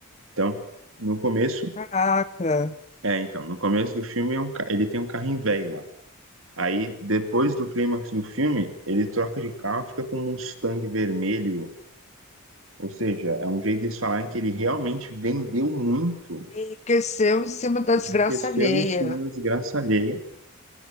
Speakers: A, on the right (about 70°); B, on the left (about 30°).
A: Então, no começo
B: Caraca,
A: É, então, no começo do filme é um, ca- ele tem um carrinho velho lá. Aí, depois do clímax do filme, ele troca de carro e fica com um Mustang vermelho. Ou seja, é um jeito deles falarem que ele realmente vendeu muito, né?
B: enriqueceu em cima da
A: enriqueceu
B: desgraça alheia.
A: em cima da desgraça alheia